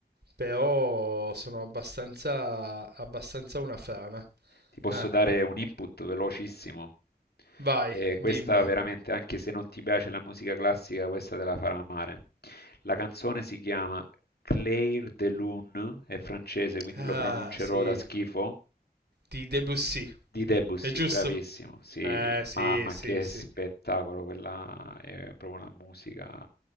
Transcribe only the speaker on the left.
ti posso
dare un input velocissimo.
E questa
veramente, anche se non ti piace la musica classica, questa te la farà amare. La canzone si chiama Clair de Lune, è francese, quindi
lo pronuncerò
da schifo.
Di Debussy,
bravissimo, sì,
mamma
che
spettacolo, quella è proprio la musica.